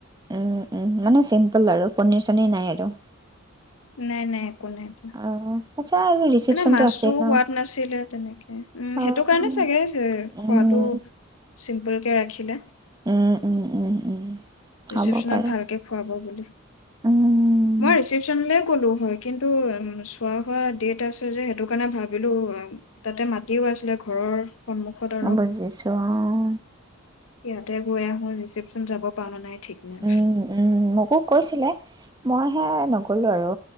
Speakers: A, on the right (about 20°); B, on the left (about 80°).
A: উম, উম, মানে চিম্পুল আৰু পনিৰ চনিৰ নাই আৰু।
B: নাই, নাই। কো নাই পোৱা।
A: অ', আচ্ছা আৰু ৰিচিপচনটো
B: মানে মাছো
A: আছেই ন?
B: সোৱাদ নাছিলে তেনেকে উম,
A: অ',
B: সেইটো কাৰণে চাগে যে
A: উম,
B: সোৱাদো চিম্পুল কে ৰাখিলে।
A: উম, উম, উম, উম। খাব
B: ৰিছিপচনত
A: পাৰে,
B: ভালকে খুৱাব বোলে
A: উম,
B: মই ৰিচিপচন কলো হয় কিন্তু উম চোৱা হোৱা ডেট আছে যে সেইটো কাৰণে ভাবিলো- তাতে মাতিও আছিলে। ঘৰৰ সন্মুখত আৰু
A: আ বোজিছো আও।
B: ইয়াতে গৈ মোৰ ৰিচেপশচন যাব পাও নে নাই নাই
A: উম উম মোকো কৈছিলে মইহে নগ'লো আৰু